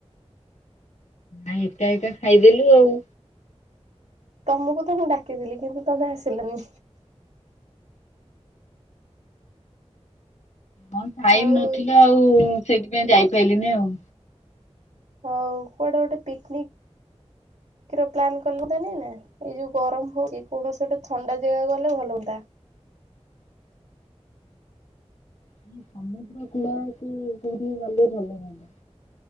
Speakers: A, on the left (about 80°); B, on the right (about 85°).
A: ଆ ଏକା ଏକା ଖାଇଦେଲୁ ଆଉ।
B: ତମକୁ ତ ମୁଁ ଡାକିଥିଲି କିନ୍ତୁ ତମେ ଆସିଲାନି।
A: ହଁ ଟାଇମ୍
B: ଆଉ
A: ନଥିଲା ଆଉ ସେଇଥିପାଇଁ ଯାଇପାଇଲିନି ଆଉ।
B: ହଉ, କୁଆଡେ ଗୋଟେ ପିକନିକ୍ ର ପ୍ଲାନ୍ କଲେ ହଅନ୍ତାନିନା? ଏଇ ଯୋଉ ଗରମ ହଉଚି, କୌଣସି ଗୋଟେ ଥଣ୍ଡା ଜାଗାକୁ ଗଲେ ଭଲ ହୁଅନ୍ତା।
A: ହୁଁ ସମୁଦ୍ର କୂଳ ଆଡକୁ ପୁରୀ ଗଲେ ଭଲ ହୁଅନ୍ତା।